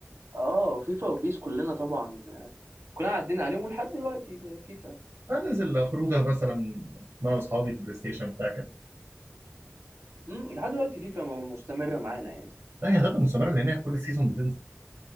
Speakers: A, on the right; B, on the right.
A: اه فيفا وبيس كلنا طبعا كلنا عدينا عليهم ولحد دلوقتي فيفا
B: انزل خروجه مثلا مع اصحابي في بلاي ستيشن بتاع كده
A: امم لحد دلوقتي فيفا م- مستمرة معانا يعني
B: لا هي هتفضل مستمره لان هي كل سيزون بتنزل